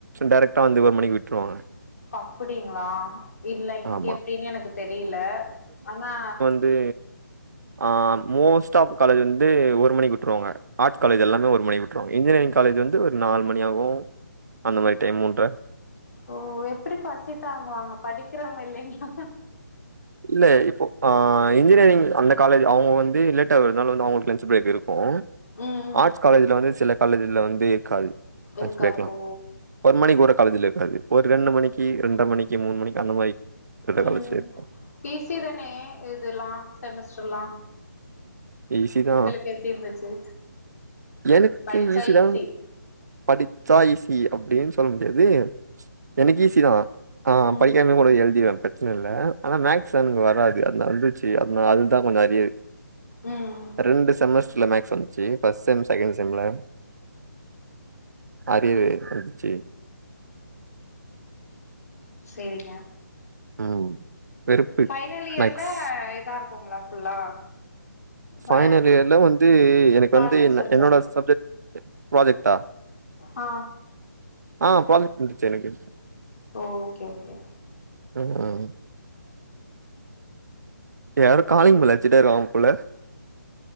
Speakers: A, on the right (about 60°); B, on the left (about 55°).
A: டைரக்ட்டா வந்து ஒரு மணிக்கு விட்ருவாங்க
B: அப்படிங்களா இல்ல இங்க
A: ஆமா.
B: எப்டின்னு எனக்கு தெரீல அனா
A: அது ஆ மோஸ்ட்டாப் காலேஜ் வந்து ஒரு மணிக்கு விட்ருவாங்க ஆட்ஸ் காலேஜ் எல்லாமே ஒரு மணி உட்ருவாங்க இன்ஜினியரிங் காலேஜ் வந்து ஒரு நாலு மணியாவூ அந்த மாரி டைம் மூன்ற
B: ஓ எப்படி பசித்தாங்குவாங்க படிக்கறவங்க இல்லிங்ளா
A: இல்ல இப்போ ஆ இன்ஜினியரிங் அந்த காலேஜ் அவங்க வந்து லேட்டாவரனால வந்து அவங்களுக்கு லன்ச் பிரேக் இருக் கு
B: ம் ம்
A: ஆர்ட்ஸ் காலேஜ்ல வந்து சில காலேஜ்ல வந்து இருக்காது லன்ச்
B: இருக்காது
A: ஃபிரேக்லா
B: ஓ
A: ஒரு மணிக்கு உற காலேஜ்ல இருக்காது ஒரு ரெண்டு மணிக்கு ரென்ர மணிக்கு மூணு மணிக்கு அந்த மாரி இருக்கிற
B: ம்
A: காலேஜ்ல இருக்கு
B: பீ சி தானே இதுலா செமஸ்டர்ல்லா
A: ஈஸி தா
B: உங்களுக்கு எப்டி இருந்துச்சு
A: எனக்கு
B: படிச்சா
A: ஈசிதா
B: ஈஸி
A: படிச்சா ஈசி அப்டின்னு சொல்ல முடியாது எனக்கு ஈசி தா ஆ
B: ம்
A: படிக்காமே கூ ட எழுதிருவ பிரச்சன இல்ல அனா மேஸ்க்ஸ் எனக்கு வராது அது வந்துச்சு அது நாலுதா கொஞ்ச அரியர்
B: ம்
A: ரெண்டு செமஸ்டர்ல மேக்ஸ் வந்துச்சு ஃபஸ்ட் செம் செகண்ட் செம்ல அரியரு வந்துச்சி
B: சேரிங்க
A: ம். வெறுப்பு
B: பைனல் இயர்ல
A: மேக்ஸ்.
B: எதா இருக் குங்ளா ஃபுல்லா ப
A: பைனல் இயர்ல வந்து எனக்கு
B: ப்ராஜெக்ட்ஸ்
A: வந்து என்
B: இருக்கு
A: என்னோட சப்ஜெக்ட் ப்ராஜெக்டா
B: ஆ
A: ஆ ப்ராஜெக்ட் வந்துச்சே எனக்கு
B: ஓ ஓகே ஓகே
A: ம் யாரோ காலிங் பெல் அடிச்சிட்டே இருக்காங்க போல